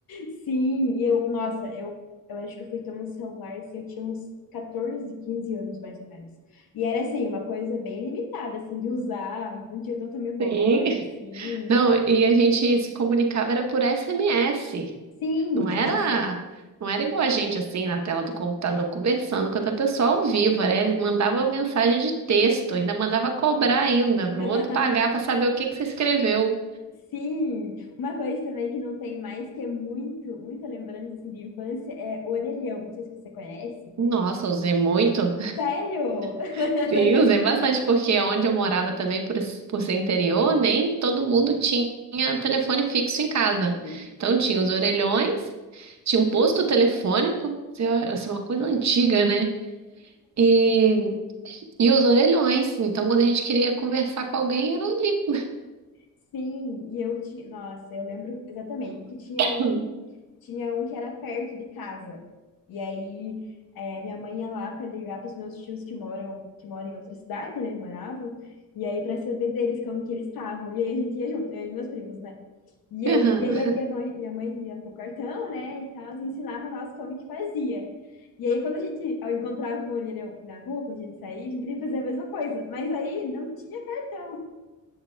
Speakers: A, on the left; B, on the right.
A: Sim, e eu, nossa, eu, eu acho que eu fui ter um celular assim, eu tinha uns 14, 15 anos mais ou menos. E era assim, uma coisa bem limitada assim de usar, não tinha tanta memória
B: Sim.
A: assim.
B: Não, e a gente se comunicava era por SMS.
A: Sim,
B: Não era,
A: nossa.
B: não era igual a gente assim na tela do computador conversando com outra pessoa ao vivo, né? Mandava mensagem de texto, ainda mandava cobrar ainda pro
A: <laughs>
B: outro pagar para saber o que que você escreveu.
A: Sim, uma coisa também que não tem mais, que é muito, muita lembrança assim de infância, é orelhão. Não sei se você conhece.
B: Nossa, usei muito.
A: Sério? <laughs>
B: <laughs> Sim, usei bastante porque onde eu morava também por, esse- por ser interior, nem todo mundo tinha telefone fixo em casa.
A: Sim.
B: Então tinha os orelhões, tinha um posto telefônico, isso é isso é uma coisa antiga, né? E E os orelhões. Então, quando a gente queria conversar com alguém, era ali.
A: Sim, e eu tinha, nossa, eu lembro exatamente que tinha
B: <laughs>
A: um, tinha um que era perto de casa. E aí é, minha mãe ia lá para ligar para os meus tios que moram, que moram em outra cidade, né? Moravam. E aí para saber deles como que eles estavam. E aí a gente ia junto, eu e meus primos, né? E, a-
B: Aham.
A: e aí a minha mãe, minha mãe ia com o cartão, né? E tal, e ensinava nós como que fazia. E aí quando a gente ó, encontrava um ali né, na rua, quando a gente saía, a gente queria fazer a mesma coisa. Mas aí não tinha cartão.